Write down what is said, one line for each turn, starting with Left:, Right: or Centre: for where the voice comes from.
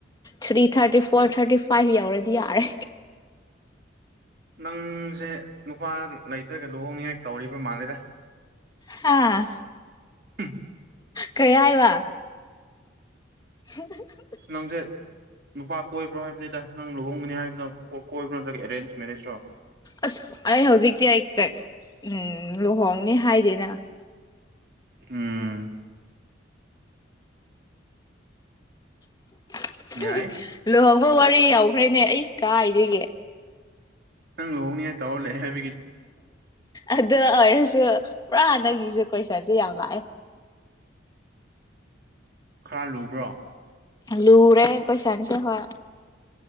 Left: three thirty four thirty five ꯌꯧꯔꯗꯤ ꯌꯥꯔꯦ
Right: ꯅꯪꯁꯦ ꯅꯨꯄꯥ ꯂꯩꯇ꯭ꯔꯒ ꯂꯨꯍꯣꯡꯅꯤꯉꯥꯏ ꯇꯧꯔꯤꯕ ꯃꯥꯜꯂꯦꯗ
Left: ꯍꯥꯥ
Right: ꯎꯝ
Left: ꯀꯩ ꯍꯥꯏꯕ <unintelligible>
Right: ꯅꯪꯁꯦ ꯅꯨꯄꯥ ꯀꯣꯏꯕ꯭ꯔꯣ ꯍꯥꯏꯕꯅꯤꯗ ꯅꯪ ꯂꯨꯍꯣꯡꯒꯅꯤ ꯍꯥꯏꯕꯗꯣ ꯀꯣꯏꯕ ꯅꯠꯇ꯭ꯔꯒ ꯑꯦꯔꯦꯟꯖ ꯃꯦꯔꯦꯖꯔꯣ
Left: ꯑꯁ ꯑꯩ ꯍꯧꯖꯤꯛꯇꯤ ꯑꯩ ꯎꯝ ꯂꯨꯍꯣꯡꯅꯤ ꯍꯥꯏꯗꯦꯅ
Right: ꯎꯝ
Left: <unintelligible>
Right: ꯌꯥꯏ
Left: ꯂꯨꯍꯣꯡꯕ ꯋꯥꯔꯤ ꯌꯥꯎꯈ꯭ꯔꯦꯅꯦ ꯑꯩꯁ ꯀꯥꯏꯗꯒꯤ
Right: ꯅꯪ ꯂꯨꯍꯣꯡꯅꯤ ꯍꯥꯏ ꯇꯧ ꯂꯩ ꯍꯥꯏ
Left: ꯑꯗꯨ ꯑꯣꯏꯔꯁꯨ ꯄꯨꯔꯥ ꯅꯪꯒꯤꯁꯨ ꯀꯣꯏꯁꯟꯁꯦ ꯌꯥꯝ ꯂꯥꯛꯑꯦ
Right: ꯈꯔ ꯂꯨꯕ꯭ꯔꯣ
Left: ꯂꯨꯔꯦ ꯀꯣꯏꯁꯟꯁꯦ ꯍꯣꯏ